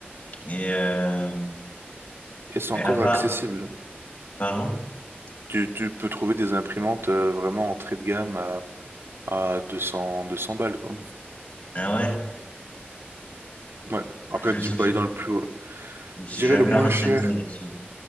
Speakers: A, on the left (about 45°); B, on the right (about 85°).
A: Et, euh...
B: Et c'est
A: et
B: encore
A: à part...
B: accessible.
A: Pardon?
B: Tu, tu peux trouver des imprimantes euh, vraiment entrée de gamme à, à 200, 200 balles, quoi.
A: Ah ouais?
B: Ouais. Après,
A: Je sais,
B: tu peux
A: je
B: aller dans le plus haut.
A: me suis
B: Je dirais
A: jamais
B: le moins
A: renseigné
B: cher.
A: là-dessus.